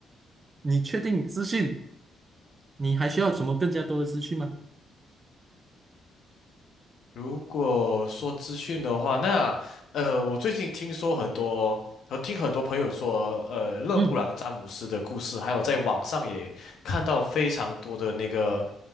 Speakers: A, on the right; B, on the left.
A: 你确定资讯你还需要什么更加多的资讯吗？
B: 如果说资讯的话，那呃，我最近听说很多，呃，听很多朋友说，呃，勒布朗詹姆斯的故事，
A: 嗯
B: 还有在网上也看到非常多的那个